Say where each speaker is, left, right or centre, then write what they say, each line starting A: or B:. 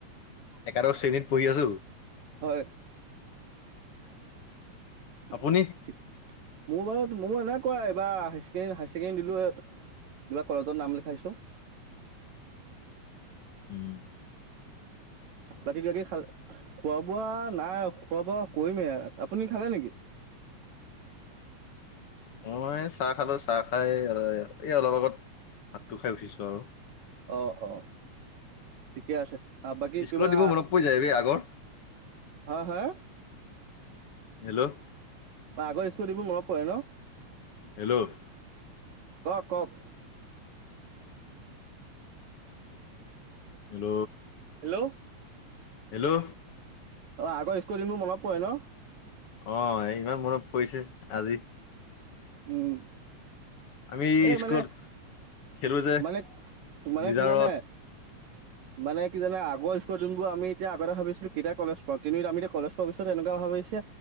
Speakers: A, on the left; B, on the right.
A: একাদশ শ্ৰেণীত পঢ়ি আছো।
B: হয়। <unintelligible>
A: আপুনি
B: মোৰ বাৰু মোৰ এনেকোৱাই। হাই ছেকেণ্ডাৰী দিলো কলেজত নাম লিখাইছো। <inaudible>
A: উম।
B: বাকী কে কি খালে খোৱা বোৱা নাই খোৱা বোৱা কৰিমেই আপুনি খালে নেকি? <inaudible>
A: মই চাহ খালো চাহ খাই এই অলপ আগত ভাতটো খাই উঠিছো আৰু।
B: অ', অ ', ঠিকে আছে। আৰু বাকী
A: স্কুলত
B: কিবা
A: দিব মনত পৰি যায় বে আগৰ
B: হা, হা
A: হেল্ল',।
B: আগৰ স্মৃতি বোৰ মনত পৰে ন।
A: হেল্ল'
B: ও কওক।
A: Hello,
B: hello,
A: hello!
B: অ আগৰ স্কুল দিনবোৰ মনত পৰে ন,
A: অহ ইমান মনত পৰিছে আজি।
B: উম!
A: আমি
B: এ
A: স্কুলত
B: মানে
A: খেলো যে
B: মানে মানে
A: লিজাৰত
B: কি জানে, মানে কি জানা আগৰ স্কুল দিনবোৰ আমি এতিয়া আগতে ভাবিছিলো কেতিয়া কলেজ পাম কিন্তু এতিয়া আমি কলেজ পোৱা পিছতে এনেকুৱা হয়। ছে